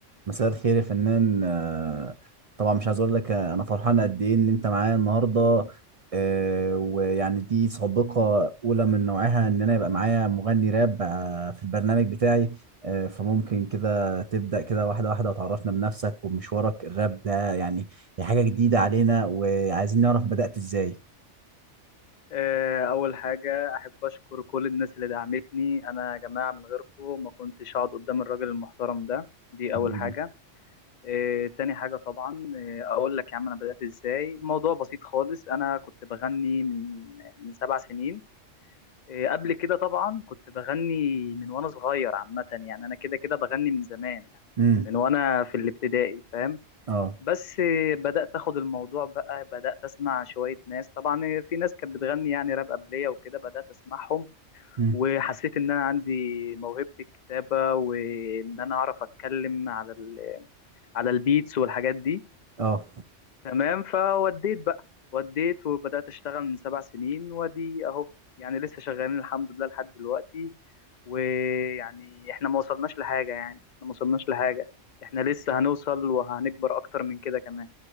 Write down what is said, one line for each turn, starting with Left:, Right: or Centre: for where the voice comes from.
Right: مساء الخير يا فنان آه، طبعا مش عايز اقول لك آه، انا فرحان قد ايه ان انت معايا النهارده آه، ويعني دي سابقه اولى من نوعها ان انا يبقى معايا مغني راب آه، في البرنامج بتاعي آه، فممكن كده تبدا كده واحده واحده وتعرفنا بنفسك ومشوارك الراب ده يعني هي حاجه جديده علينا وعايزين نعرف بدات ازاي
Left: آه، أول حاجة أحب أشكر كل الناس اللي دعمتني أنا يا جماعة من غيركم ما كنتش هقعد قدام الراجل المحترم ده دي أول
Right: حبيبي
Left: حاجة آه، تاني حاجة طبعا آه، أقول لك يا عم أنا بدأت إزاي الموضوع بسيط خالص أنا كنت بغني من من سبع سنين آه، قبل كده طبعا كنت بغني من وأنا صغير عامة يعني أنا كده كده بغني من زمان يعني
Right: امم
Left: من وأنا في الابتدائي فاهم
Right: اه
Left: بس بدأت أخد الموضوع بقى بدأت أسمع شوية ناس طبعا في ناس كانت بتغني يعني راب قبلية وكده بدأت أسمعهم
Right: امم
Left: وحسيت إن أنا عندي موهبة الكتابة وإن أنا أعرف أتكلم على ال على البيتس والحاجات دي
Right: اه
Left: تمام فوديت بقى وديت وبدأت أشتغل من سبع سنين وأدي أهو يعني لسه شغالين الحمد لله لحد دلوقتي ويعني إحنا ما وصلناش لحاجة يعني إحنا ما وصلناش لحاجة إحنا لسه هنوصل وهنكبر أكتر من كده كمان